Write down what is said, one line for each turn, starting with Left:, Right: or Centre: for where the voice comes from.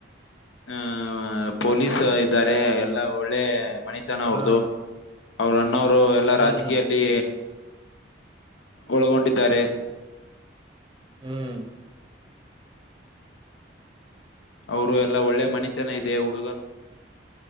Left: ಆ ಪೊಲೀಸ್ ಇದ್ದಾರೆ ಎಲ್ಲಾ ಒಳ್ಳೆಯ. ಮನಿತನ
Right: ಹ್ಮ್
Left: ಅವ್ರದು ಅವರು ಅಣ್ಣವ್ರು ಎಲ್ಲಾ
Right: ಹ್ಮ್
Left: ರಾಜಕೀಯಲ್ಲಿ. ಒಳಗೊಂಡಿದ್ದಾರೆ.
Right: ಹ್ಮ್.
Left: ಅವರು ಎಲ್ಲಾ ಒಳ್ಳೆ ಮನಿತನ ಇದೆ ಹುಡುಗನ.